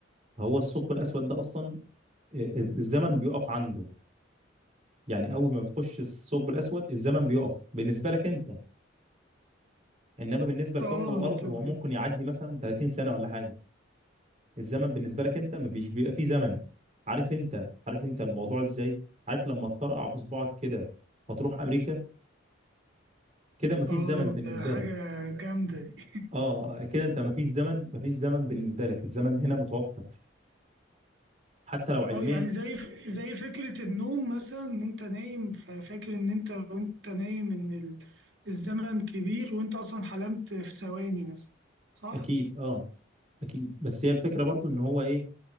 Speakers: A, on the right; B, on the right.
A: هو الثقب الاسود ده اصلا ال- ال- الزمن بيقف عنده يعني اول ما بتخش الثقب الاسود الزمن بيقف بالنسبه لك انت انما بالنسبه لكوكب
B: اه
A: الارض
B: طب
A: هو ممكن يعدي مثلا 30 سنه ولا حاجه الزمن بالنسبه لك انت مفيش بيبقى فيه زمن عارف انت عارف انت الموضوع ازاي عارف لما تطرقع بصبعك كده فتروح امريكا كده مفيش
B: اه
A: زمن بالنسبه
B: ده حاجه
A: لك
B: جامده دي <laughs>
A: اه كده انت مفيش زمن مفيش زمن بالنسبه لك الزمن هنا متوفر حتى لو علميا
B: اه يعني زي ف- زي فكرة النوم مثلا ان انت نايم ففاكر ان انت وانت نايم ان ال- الزمن كبير وانت اصلا حلمت في ثواني مثلا صح؟
A: اكيد اه اكيد بس هي الفكره برضو ان هو ايه